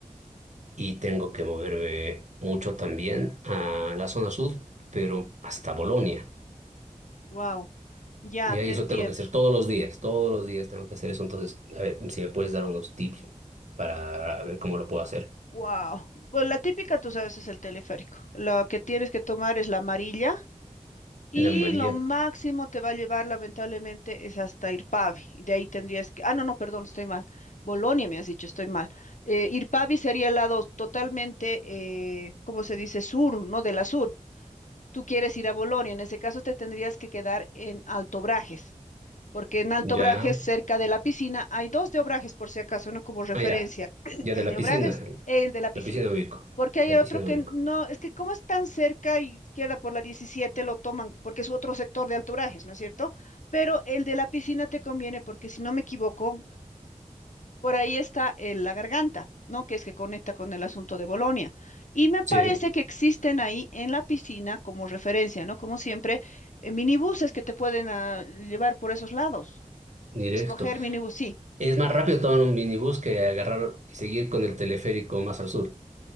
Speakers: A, on the right; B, on the left.
A: y tengo que moverme mucho también a la zona sur, pero hasta Bolonia.
B: wow, ya
A: Y
B: te
A: ahí eso
B: entiendo,
A: tengo que hacer todos los días, todos los días tengo que hacer eso. Entonces, a ver si me puedes dar unos tips para ver cómo lo puedo hacer.
B: wow. Pues la típica, tú sabes, es el teleférico. Lo que tienes que tomar es la amarilla y
A: La María
B: lo máximo te va a llevar, lamentablemente, es hasta Irpavi. Y De ahí tendrías que, ah, no, no, perdón, estoy mal. Bolonia, me has dicho, estoy mal. Eh, Irpavi sería el lado totalmente, eh, ¿cómo se dice? Sur, ¿no? De la sur. Tú quieres ir a Bolonia, en ese caso te tendrías que quedar en Alto Brajes. porque en Alto
A: ya,
B: Obrajes, cerca de la piscina, hay dos de Obrajes, por si acaso, no como referencia,
A: ah, ya,
B: <clears throat>
A: ya
B: el
A: de la
B: de
A: piscina,
B: Obrajes, el de la piscina.
A: la piscina me ubico,
B: Porque hay
A: la
B: otro
A: piscina me
B: que
A: ubico.
B: no, es que como es tan cerca y queda por la 17 lo toman, porque es otro sector de Alto Obrajes, ¿no es cierto? Pero el de la piscina te conviene, porque si no me equivoco, por ahí está el- la garganta, ¿no? Que es que conecta con el asunto de Bolonia. Y me parece
A: Sí,
B: que existen ahí en la piscina, como referencia, ¿no? Como siempre, eh, minibuses que te pueden ah, llevar por esos lados.
A: directo.
B: Escoger minibús, sí,
A: Es más rápido tomar un minibús que agarrar y seguir con el teleférico más al sur.